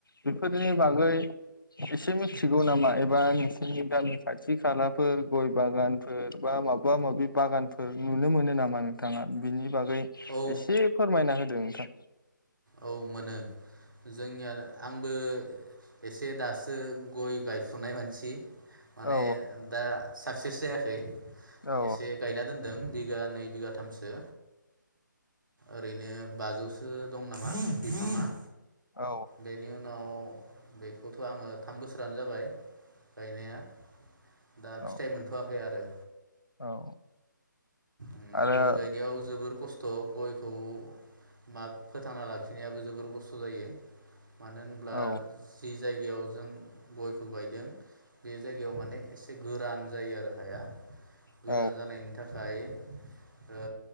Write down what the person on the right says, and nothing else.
औ
औ मोनो जोंनिया आंबो एसे दास गय गायफुनाय मानसि माने
दा साख सेस जायाखै
एसे गायना दोनदों बिगा नै बिगाथामसो ओरैनो बाजौसो दं नामा <inaudible> बिफाङा
बेनि उनाव बेखौथ' आङो थाम बोसोरानो जाबाय गायनाया दा
फिथाइ
मोनथ'वाखै आरो
ओम
गय गायनायाव जोबोर खस्थ' खस्थ' गयखौ मा फोथांना लाखिनायाबो जोबोर खस्थ' जायो मानो होनब्ला
जि जायगायाव जों गयखौ गायदों बे जायगायाव माने एसे गो रान जायो आरो हाया गोरान
जानायनि था खाय ओ